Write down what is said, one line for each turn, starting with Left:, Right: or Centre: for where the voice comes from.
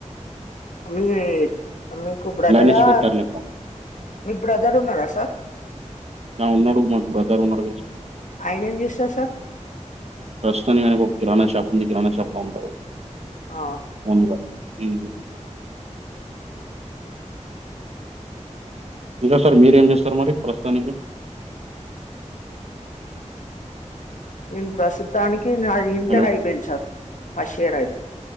Left: మీరే మీకు బ్రదరా
Right: లైన్ ఇన్స్పెక్టర్ లెక్క
Left: మీకు బ్రదర్ ఉన్నాడా సార్
Right: ఆ ఉన్నాడు మాక్ బ్రదర్ ఉన్నాడు
Left: ఆయన ఏం చేస్తార్ సార్
Right: ప్రస్తుతానికి ఆయనకి ఒక కిరాణా షాప్ ఉంది కిరాణా షాప్ లో ఉంటారు
Left: ఆ
Right: ఓన్గా ఊమ్ ఇంకా సార్ మీరేం చేస్తారు మరి ప్రస్తుతానికి
Left: నేను ప్రస్తుతానికి నాది ఇంటర్
Right: హలో
Left: అయిపోయింది సార్ ఫస్ట్ ఇయర్ అయిది